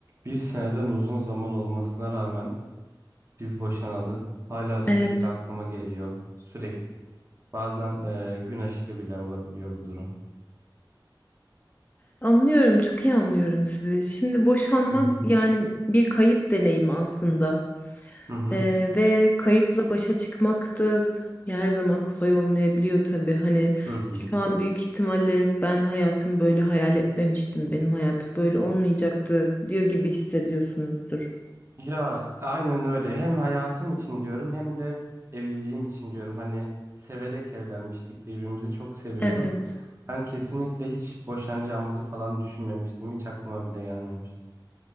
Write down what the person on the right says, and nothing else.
Bir seneden uzun zaman olmasına rağmen biz boşanalı hala sürekli
aklıma geliyor. Sürekli. Bazen e, gün aşırı bile olabiliyor bu durum.
Hı hı.
Hı hı.
Hı hı.
Ya aynen öyle. Hem hayatım için diyorum hem de evliliğim için diyorum. Hani severek evlenmiştik. Birbirimizi çok seviyorduk.
Ben kesinlikle hiç boşanacağımızı falan düşünmemiştim. Hiç aklıma bile gelmemişti.